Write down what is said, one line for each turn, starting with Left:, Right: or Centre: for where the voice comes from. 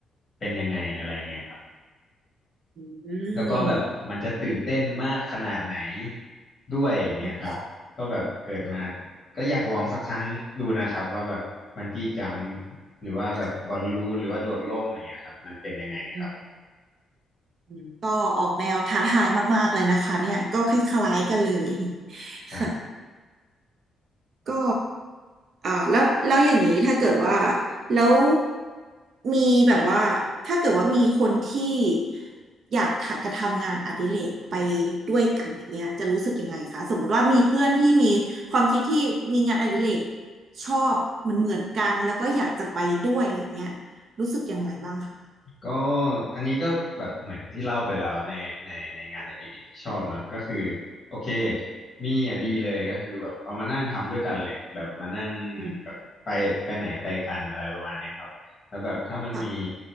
Left: เป็นยังไงอะไรเงี้ยครับ
Right: อื
Left: แล้วก็แบบมันจะตื่นเต้นมากขนาดไหน
Right: ม
Left: ด้วยอย่างเงี้ยครับก็แบบเกิดมา
Right: อืมค่ะ
Left: ก็อยากลองสักครั้งดูนะครับว่าแบบบันจี้จัมพ์หรือว่าแบบบอลลูนหรือว่าโดดร่มอย่างเงี้ยครับมันเป็นยังไงครับ
Right: ค่ะอืมอืมก็ออกแนวท้าทายมากๆเลยนะคะเนี่ยก็คล้ายๆกันเลย
Left: ครับ
Right: <laughs> ค่ะก็อ่าแล้วแล้วอย่างนี้ถ้าเกิดว่าแล้วมีแบบว่าถ้าเกิดว่ามีคนที่อยากทะจะทำงานอดิเรกไปด้วยกันอย่างเนี้ยจะรู้สึกยังไงคะสมมติว่ามีเพื่อนที่มีความคิดที่มีงานอดิเรกชอบเหมือนเหมือนกันแล้วก็อยากจะไปด้วยอะไรอย่างเงี้ยรู้สึกอย่างไรบ้างคะ
Left: ก็อันนี้ก็แบบเหมือนที่เล่าไปแล้วในในในงานในดิเรกที่ชอบเนอะก็คือโอเคมีอ่ะดีเลยก็คือแบบเอามานั่งทำด้วยกันเลยแบบมานั่ง
Right: อืม
Left: แบบไปไปไหนไปกันอะไรประมาณเนี้ยครับแล้วแบบถ้ามันมี
Right: ค่ะ